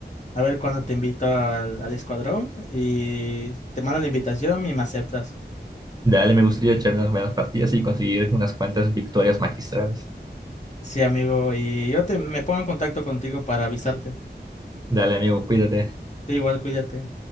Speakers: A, on the left; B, on the right.
A: a ver cuándo te invito al, al escuadrón y te mando la invitación y me aceptas.
B: Dale, me gustaría echar unas buenas partidas y conseguir unas cuantas victorias magistrales.
A: Sí, amigo, y yo te, me pongo en contacto contigo para avisarte.
B: Dale, amigo, cuídate.
A: Tú igual, cuídate.